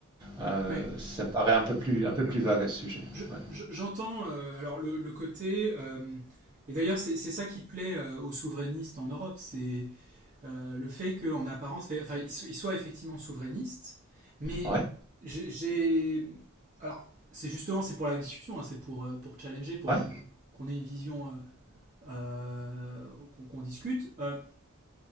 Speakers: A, on the right; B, on the right.
A: Euh,
B: Ouais.
A: ça me paraît un peu plus, un peu plus vague à ce sujet.
B: J'entends
A: Ouais,
B: je, je, J'entends euh, alors le, le côté euh, et d'ailleurs c'est c'est ça qui plaît euh, aux souverainistes en Europe, c'est euh, le fait qu'en apparence, fait- enfin ils so- ils soient effectivement souverainistes, mais
A: ouais,
B: j'ai j'ai- alors c'est justement c'est pour la discussion, hein, c'est pour euh, pour challenger, pour
A: ouais,
B: qu'on qu'on ait une vision euh, euh, qu'on qu'on discute. Euh,